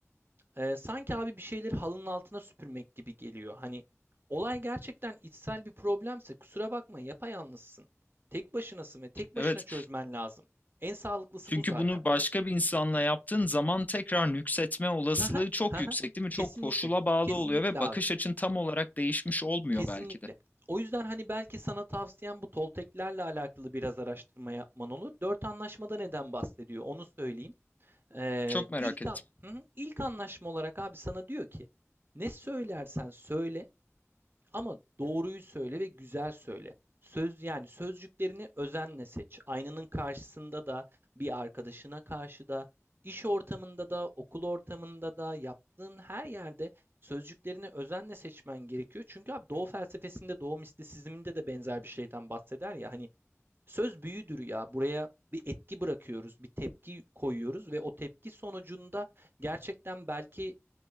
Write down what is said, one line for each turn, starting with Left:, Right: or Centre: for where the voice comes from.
Right: e, sanki abi bir şeyleri halının altına süpürmek gibi geliyor. Hani olay gerçekten içsel bir problemse kusura bakma yapayalnızsın. Tek başınasın ve tek başına
Left: evet
Right: çözmen lazım. En sağlıklısı
Left: Çünkü
Right: bu zaten.
Left: bunu başka bir insanla yaptığın zaman tekrar nüksetme olasılığı
Right: <laughs> Haha,
Left: çok
Right: haha.
Left: yüksek, değil mi? Çok
Right: Kesinlikle.
Left: koşula bağlı
Right: Kesinlikle
Left: oluyor ve
Right: abi.
Left: bakış açın tam olarak değişmiş olmuyor
Right: Kesinlikle.
Left: belki de.
Right: O yüzden hani belki sana tavsiyem bu Tolteklerle alakalı biraz araştırma yapman olur. Dört anlaşmada neden bahsediyor onu söyleyeyim. Ee,
Left: Çok merak
Right: ilk,
Left: ettim.
Right: an- Hı hı. ilk anlaşma olarak abi sana diyor ki ne söylersen söyle ama doğruyu söyle ve güzel söyle. Söz yani sözcüklerini özenle seç. Aynanın karşısında da, bir arkadaşına karşı da, iş ortamında da, okul ortamında da, yaptığın her yerde sözcüklerini özenle seçmen gerekiyor. Çünkü abi Doğu felsefesinde, Doğu mistisizminde de benzer bir şeyden bahseder ya. Hani söz büyüdür ya. Buraya bir etki bırakıyoruz, bir tepki koyuyoruz ve o tepki sonucunda gerçekten belki